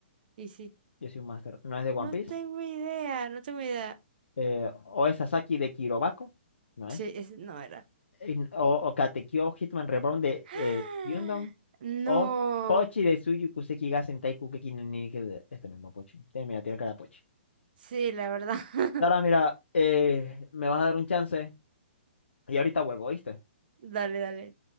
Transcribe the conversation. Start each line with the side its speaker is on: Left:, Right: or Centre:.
Right: Y sí.
Left: Yo soy un máster. No es de One
Right: No
Left: Piece.
Right: tengo idea, no tengo idea.
Left: eh, Oe Sasaki de Kirobako, ¿no
Right: Sí,
Left: es?
Right: es, no era.
Left: En- O, o Katekyo Hitman Reborn de
Right: <gasps>
Left: eh, Yundon,
Right: No.
Left: o Pochi de Suyu Kuseki ga Sentai Kukeki no Ninike de- Este mismo Pochi. Tiene- Mira, tiene cara de Pochi.
Right: Sí, la verdad. <laughs>
Left: Ahora, mira, eh, me vas a dar un chance y ahorita vuelvo, ¿viste?
Right: Dale, dale.